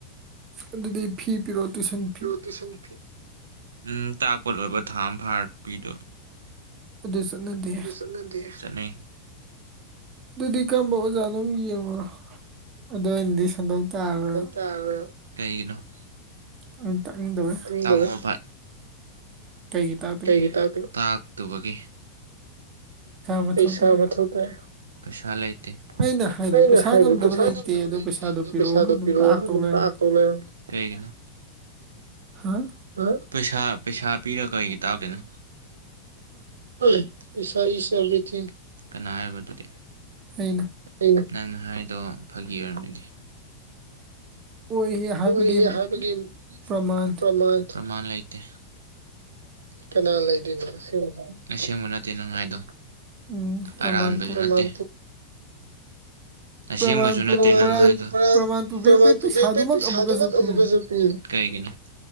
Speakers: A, on the right (about 30°); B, on the right (about 70°).
A: ꯑꯗꯨꯗꯤ ꯐꯤ ꯄꯤꯔꯛꯑꯣ ꯇꯨꯏꯁꯟ ꯐꯤ
B: ꯇꯨꯏꯁꯟ ꯐꯤ ꯎꯝ ꯇꯥꯛꯄ ꯂꯣꯏꯕ ꯊꯥ ꯑꯝ ꯐꯥꯔ ꯄꯤꯗꯣꯏꯕ
A: ꯑꯗꯨ ꯆꯠꯅꯗꯦ
B: ꯗꯨ ꯆꯠꯅꯗꯦ ꯆꯠꯅꯩ
A: ꯑꯗꯨꯗꯤ ꯀꯔꯝꯕ ꯑꯣꯖꯥꯅꯣꯝ ꯌꯦꯡꯉꯨꯔꯣ ꯑꯗꯣ ꯑꯩꯅꯗꯤ ꯁꯟꯗꯣꯛ ꯇꯥꯛꯑꯔꯣꯏꯕ
B: ꯇꯥꯛꯑꯔꯣꯏꯕ ꯀꯩꯒꯤꯅꯣ
A: ꯎꯝ ꯇꯥꯛꯅꯤꯡꯗꯕꯩ
B: ꯇꯥꯡꯉꯣ
A: ꯀꯩꯒꯤ ꯇꯥꯛꯇꯣꯏꯕ
B: ꯀꯩꯒꯤ ꯇꯥꯛꯇꯣꯏꯕ ꯇꯥꯛꯇꯨꯕꯒꯤ
A: ꯃꯊꯧ
B: ꯄꯩꯁꯥ
A: ꯇꯥꯏ
B: ꯃꯊꯧ ꯇꯥꯏ ꯄꯩꯁꯥ ꯂꯩ ꯇꯦ
A: ꯑꯩꯅ ꯍꯥꯏꯗꯣ
B: ꯑꯩꯅ
A: ꯄꯩꯁꯥ
B: ꯍꯥꯏꯕ
A: ꯉꯝꯗꯕ
B: ꯄꯩꯁꯥ
A: ꯂꯩꯇꯦ
B: ꯉꯝꯗꯕ
A: ꯑꯗꯣ
B: ꯂꯩꯇꯦ
A: ꯄꯩꯁꯥꯗꯣ
B: ꯑꯗꯨ
A: ꯄꯤꯔꯛꯑꯣ
B: ꯄꯩꯁꯥꯗꯣ
A: ꯑꯗꯨꯝ
B: ꯄꯤꯔꯛꯑꯣ
A: ꯇꯥꯛꯇꯧ
B: ꯑꯗꯨꯝ
A: ꯂꯩꯔꯝꯃꯦ
B: ꯇꯥꯛꯇꯧ ꯂꯩꯔꯝ ꯀꯩꯒꯤꯅꯣ
A: ꯍꯥꯥ
B: ꯍꯥ ꯄꯩꯁꯥ ꯄꯩꯁꯥ ꯄꯤꯔ ꯀꯩꯒꯤ ꯇꯥꯛꯇꯣꯏꯅꯣ ꯑꯣꯏ ꯄꯩꯁꯥ ꯏꯁ ꯑꯦꯕ꯭ꯔꯤꯊꯤꯡ ꯀꯅꯥ ꯍꯥꯏꯔꯤꯕ ꯑꯗꯨꯗꯤ
A: ꯑꯩꯅ
B: ꯑꯩꯅ ꯅꯪꯅ ꯍꯥꯏꯔꯤꯗꯣ ꯐꯥꯒꯤ ꯑꯣꯏꯔꯝꯒꯅꯤ
A: ꯑꯣꯏ ꯍꯥꯏꯕꯒꯤ
B: ꯑꯣꯏꯌꯦ ꯍꯥꯏꯕꯒꯤ
A: ꯄ꯭ꯔꯃꯥꯟ
B: ꯄ꯭ꯔꯥꯃꯥꯟ ꯄ꯭ꯔꯥꯃꯥꯟ ꯂꯩꯇꯦ ꯀꯅꯥ ꯂꯩꯗꯣꯏꯅꯣ ꯑꯁꯦꯡꯕ ꯍꯥꯏ ꯑꯁꯦꯡꯕ ꯅꯠꯇꯦ ꯅꯪ ꯍꯥꯏꯗꯣ
A: ꯎꯝ ꯄ꯭ꯔꯃꯥꯟ
B: ꯑꯔꯥꯟꯕꯖꯨ ꯅꯠꯇꯦ ꯑꯁꯦꯡꯕꯖꯨ
A: ꯄ꯭ꯔꯃꯥꯟ ꯄꯨꯔꯣ
B: ꯅꯠꯇꯦ
A: ꯄꯔꯥꯟ
B: ꯅꯪ ꯍꯥꯏꯗꯣ
A: ꯄ꯭ꯔꯃꯥꯟ ꯄꯨꯕꯤꯔꯛꯄꯩ
B: ꯄ꯭ꯔꯥꯃꯥꯟ
A: ꯄꯩꯁꯥꯗꯨꯃꯛ
B: ꯄꯨꯕꯤꯔꯛꯄꯤ ꯁꯥꯗꯨꯃꯛ ꯑꯃꯨꯛꯀꯁꯨ
A: ꯄꯤ
B: ꯄꯤꯒꯦ ꯀꯩꯒꯤꯅꯣ